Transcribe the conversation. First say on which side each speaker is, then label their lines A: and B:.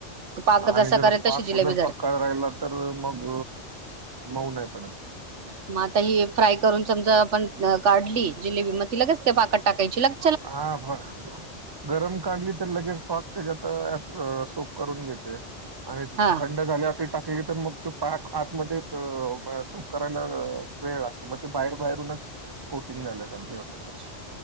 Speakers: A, on the right; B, on the right.
A: पाक
B: आणि
A: जसा
B: जर
A: करेल
B: पाक
A: तशी जिलेबी
B: उदर
A: धरते.
B: पक्का राहिला तर मग, मऊ नाही पडत.
A: मग आता ही फ्राय करून समजा आपण काढली जिलेबी, मग ति लगेच ते पाकात टाकायची. लगे
B: हा <unintelligible> गरम काढली तर लगेच पाक त्याच्यात ऍब्स- सोक करून घेते. आणि तसं
A: हा
B: थंड झाल्यावर टाकली तर मग तो पाक आतमध्ये सुप करायला वेळ लागतो, मग ते बाहेर बाहेरूनच कोटिंग झाल्यासारखी होते कच्ची